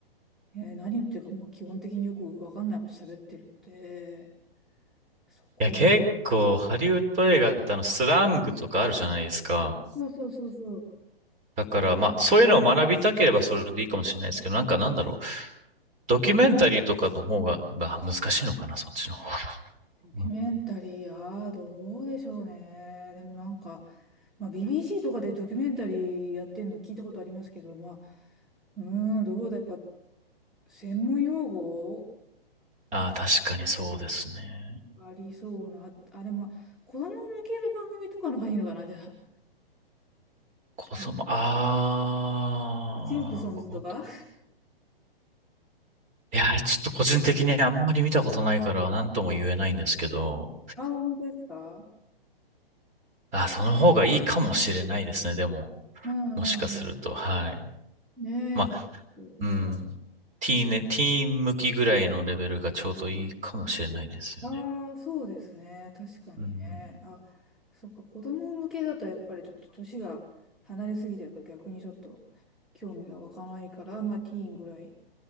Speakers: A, in the centre; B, on the right (about 25°).
A: えー何言ってるかもう基本的によくわかんないこと喋ってるので、そこで、
B: いや、結構ハリウッド映画ってあのスラングとかあるじゃないですか。
A: そうそうそうそう。
B: だからまあそういうのを学びたければそれでいいかもしれないですけど、なんかなんだろう。ドキュメンタリーとかの方が、まあ難しいのかな、そっちの方が。
A: ドキュメンタリー、
B: うん
A: ああ、どうでしょうね。でもなんか、まあ、BBC とかでドキュメンタリーやってんの聞いたことありますけど、まあ、うーん、どうだ、やっぱ、専門用語
B: ああ、確かにそうですね。
A: ありそうな、あ、でもまあ、子供向けの番組とかの方がいいのかな、じゃあ。
B: 子供、
A: なんか、
B: ああ、
A: シンプソンズとか。
B: 子いやー、ちょっと個人的にあんまり見たことないから何とも言えないんですけど、
A: ああ、本当ですか
B: あ、その方がいいかもしれないですね、でも。
A: うんうんうん。
B: もしかすると、はい。
A: ねえ、
B: まあ、
A: ちょっと、
B: うん。
A: はいはい。
B: ティーンね、ティーン向きぐらいのレベルがちょうどいいかもしれないですよね。
A: ああ、そうですね。確かにね。
B: うん。
A: あ、そっか、子供向けだとやっぱりちょっと年が離れすぎてるから逆にちょっと興味が湧かないから、まあティーンぐらいっ